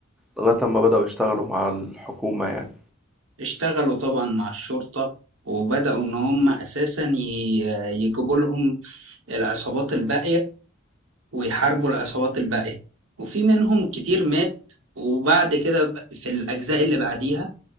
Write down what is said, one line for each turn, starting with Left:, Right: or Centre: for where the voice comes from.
Centre: لغاية أما بدأوا يشتغلوا مع الحكومة يعني
Right: اشتغلوا طبعا مع الشرطه وبداوا ان هم اساسا ي- يجيبوا لهم العصابات الباقيه ويحاربوا العصابات الباقية وفي منهم كتير مات وبعد كده ب- في الأجزاء اللي بعديها